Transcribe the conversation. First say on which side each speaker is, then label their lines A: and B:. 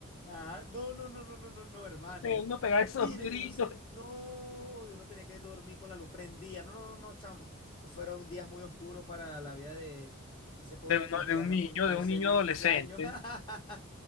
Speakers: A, on the left; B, on the left.
A: Ah, no, no, no, no, no, no, no, hermano.
B: <laughs> uno pegaba esos
A: Mire,
B: gritos.
A: yo no sé, no, yo no tenía que dormir con la luz prendida. No, no, no, no, chamo. Esos fueron días muy oscuros para la vida de, de ese pobre
B: de, uno-
A: cristiano
B: de un niño,
A: con 12,
B: de un niño
A: 15
B: adolescente,
A: años. <laughs>